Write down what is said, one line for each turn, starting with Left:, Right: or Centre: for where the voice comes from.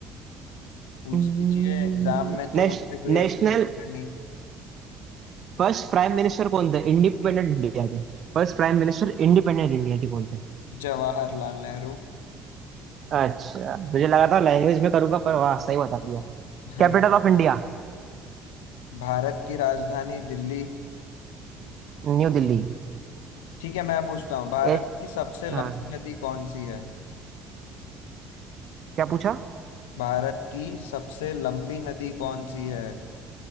Left: पूछ
Right: हम्म,
Left: लीजिए एग्जाम में तो
Right: नेश,
Left: मुझसे कोई
Right: नेशनल
Left: ऐसा पूछेगा नहीं
Right: फर्स्ट प्राइम मिनिस्टर कौन थे इंडिपेंडेंट इंडिया के First prime minister independent India के कौन थे
Left: जवाहरलाल नेहरू
Right: अच्छा मुझे लगा था लैंग्वेज में करूंगा पर वाह सही बता दिया
Left: <laughs>
Right: Capital of India
Left: भारत की राजधानी दिल्ली
Right: New Delhi
Left: ठीक है मैं पूछता हूँ भारत
Right: ए
Left: की सबसे लंबी
Right: हाँ
Left: नदी कौन सी है
Right: क्या पूछा
Left: भारत की सबसे लंबी नदी कौन सी है